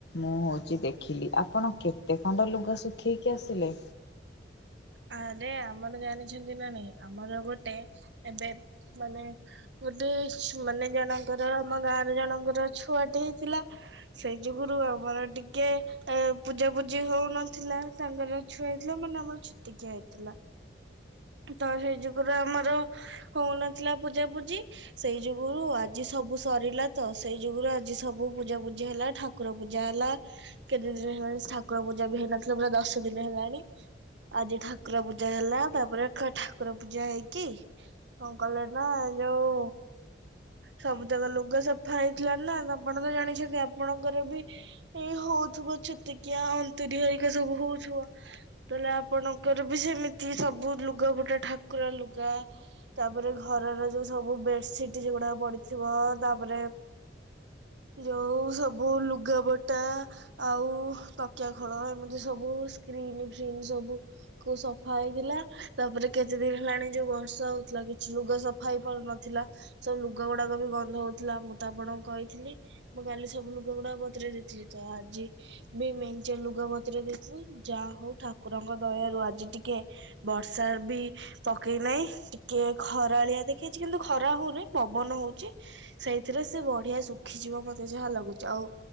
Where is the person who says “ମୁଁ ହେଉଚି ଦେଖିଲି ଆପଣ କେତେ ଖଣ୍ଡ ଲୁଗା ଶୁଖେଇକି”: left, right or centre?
Left